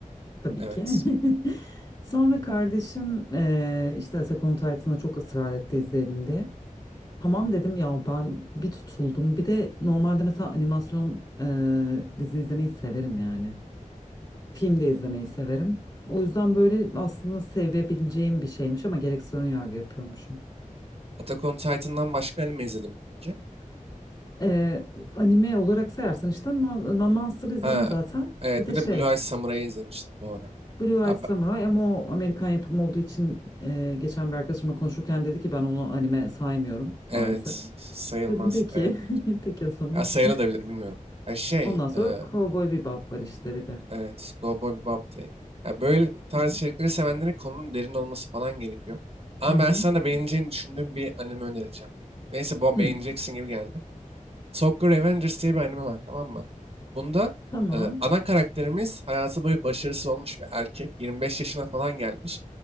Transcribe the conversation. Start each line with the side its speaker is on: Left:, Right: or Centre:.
Left: Tabii
Right: Evet.
Left: ki. <laughs> Sonra kardeşim eee işte Attack on Titan'a çok ısrar etti izleyelim diye. Tamam dedim ya ben bir tutuldum. Bir de normalde mesela animasyon eee, dizi izlemeyi severim yani. Film de izlemeyi severim. O yüzden böyle aslında sevebileceğim bir şeymiş ama gereksiz ön yargı yapıyormuşum.
Right: Attack on Titan'dan başka anime izledim peki.
Left: Eee, anime olarak sayarsan işte Ma- Ma- Monster izledim
Right: Ha,
Left: zaten.
Right: evet
Left: Bir de
Right: bir de
Left: şey
Right: Blue Eye Samurai'yi izlemiştim doğru.
Left: Blue
Right: Ya
Left: Eyed Samurai
Right: ben-
Left: ama o Amerikan yapımı olduğu için e, geçen bir arkadaşımla konuşurken dedi ki ben onu anime saymıyorum
Right: evet
Left: maalesef.
Right: sayılmaz.
Left: Dedim peki.
Right: Evet büyük ihtimal.
Left: <laughs> Peki o zaman.
Right: Ya sayılabilir bilmiyorum. Ya şey
Left: Ondan sonra
Right: e,
Left: Cowboy Bebop var işte bir de.
Right: evet Cowboy Bebop da iyi. Ya böyle tarz
Left: Hı hı.
Right: içerikleri sevenlere konunun derin olması falan gerekiyor. Ama
Left: Hı hı.
Right: ben sana da beğeneceğini düşündüğüm bir anime önereceğim. Neyse bu
Left: Hı.
Right: beğeneceksin gibi geldi. Soccer Avengers diye bir anime var tamam mı? Bunda
Left: Tamam.
Right: e, ana karakterimiz hayatı boyu başarısız olmuş bir erkek. 25 yaşına falan gelmiş.